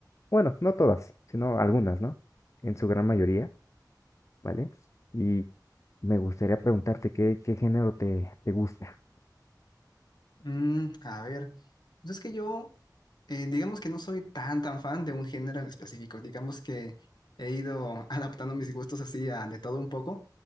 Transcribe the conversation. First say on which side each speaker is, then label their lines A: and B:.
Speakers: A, on the left; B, on the left.
A: Bueno, no todas, sino algunas, ¿no? En su gran mayoría, ¿vale? Y me gustaría preguntarte qué, qué género te, te gusta.
B: Mm, a ver, pues es que yo, eh, digamos que no soy tan, tan fan de un género en específico, digamos que he ido <laughs> adaptando mis gustos así a de todo un poco,